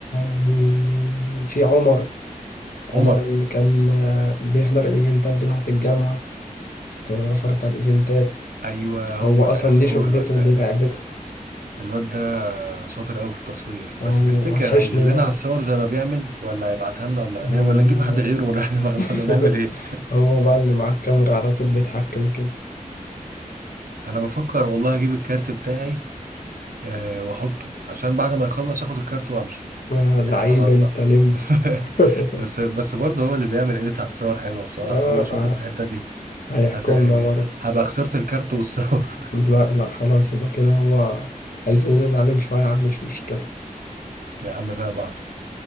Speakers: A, on the left; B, on the right.
A: مين مين مين في عمر
B: عمر
A: عمر اللي كان آه، بيحضر الايفنتات بتاعة الجامعة فوتوغرافر بتاع الايفنتات
B: ايوه هو
A: هو اصلا
B: ده
A: دي
B: هو
A: شغلته
B: الواد ده
A: دي لعبته
B: الواد ده شاطر قوي في التصوير
A: هو
B: بس تفتكر
A: وحشني
B: هيذلنا
A: برضه
B: على الصور زي ما بيعمل ولا هيبعتها لنا ولا
A: آه.
B: هنعمل ولا نجيب حد غيره ونريح <laughs> دماغنا
A: <laughs>
B: ولا نعمل ايه
A: هو بقى اللي معاه الكاميرا على طول بيتحكم كده
B: انا بفكر والله اجيب الكارت بتاعي أه واحطه عشان بعد ما يخلص اخد الكارت وامشي
A: آه.
B: يعني
A: لعيب
B: خلاص
A: انت
B: بقى
A: نمس
B: <laughs>
A: <laughs>
B: بس بس برضه هو اللي بيعمل اديت على الصور حلوه بصراحه
A: آه.
B: هو شاطر
A: آه.
B: في الحته دي
A: هيحكمنا
B: هس...
A: برضه
B: هبقى خسرت الكارت والصور <laughs>
A: لا لا خلاص يبقى كده هو هيزلنا عليهم شوية يا عم مش مشكلة
B: يا عم زي بعضه